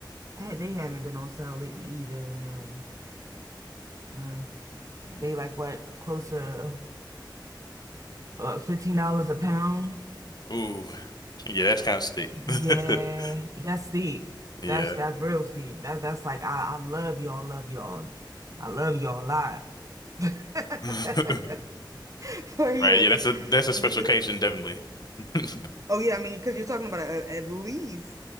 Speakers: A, on the right; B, on the left.
A: I had, they haven't been on sale lately either, and mm,
B: Mm.
A: they like what close to uh, fifteen dollars a pound.
B: Ooh. Yeah, that's kind of steep.
A: Yeah,
B: <laughs>
A: that's steep.
B: Yeah.
A: That's that's real steep. That's that's like I I love y'all, love y'all. I love y'all a lot. <laughs>
B: <laughs>
A: Or you
B: Right. Yeah,
A: just,
B: that's a that's
A: 'cause-
B: a special occasion, definitely. <laughs>
A: oh yeah, I mean, because you're talking about a, at least,